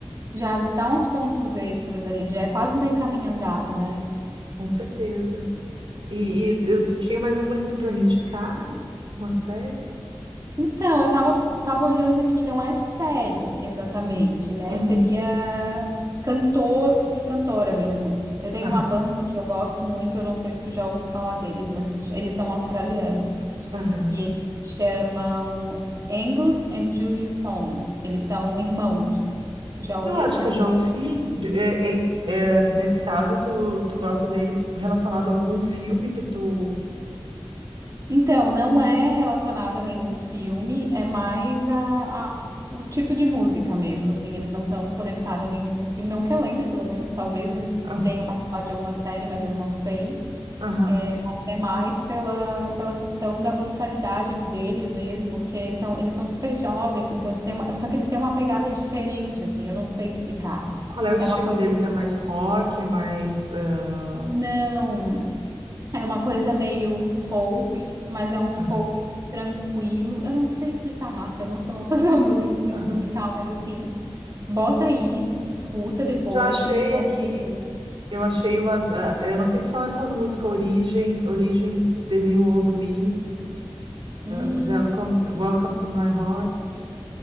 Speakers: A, on the right; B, on the right.
A: já dá uns pontos extras ali, já é quase meio caminho andado, né?
B: com certeza. E, e tu, tu tinha mais uma pra me indicar? Uma série?
A: Então, eu tava, tava olhando aqui, não é série exatamente,
B: Hum.
A: né?
B: Uhum.
A: Seria cantor e cantora mesmo. Eu tenho
B: Tá.
A: uma banda que eu gosto muito, eu não sei se tu já ouviu falar deles, mas se eles são australianos
B: Aham.
A: e eles se chamam Angus and Julie Stone. Eles são irmãos. Tu já ouviu
B: Eu acho
A: falar
B: que eu já ouvi. De- é, Eles, é, nesse caso, tu, tu gosta deles relacionado a algum filme que tu.
A: Então, não é relacionado a nenhum filme, é mais a, a- o tipo de música mesmo, assim, eles não estão conectados a nenhum filme, não que eu lembre, pelo menos, talvez eles
B: Ah,
A: tenham participado de alguma série, mas eu não sei,
B: Aham.
A: é, mas é mais pela, pela questão da musicalidade deles mesmo, porque são, eles são super jovens, então eles têm uma, só que eles têm uma pegada diferente, assim, eu não sei explicar,
B: Qual é o estilo
A: é uma coisa,
B: deles? É mais rock? É mais. ah,
A: não, É uma coisa meio folk, mas é um folk
B: Aham.
A: tranquilo. Eu não sei explicar, Marta, eu não sou uma <laughs> pessoa musi- muito
B: Aham.
A: musical, mas assim, bota aí, escuta depois
B: Já achei
A: e me conta
B: aqui.
A: o que que tu-
B: Eu achei umas. ah, eu não sei se são essas músicas Origens, Origens, The New Old Me.
A: Hum,
B: Welcome, Welcome to My Heart.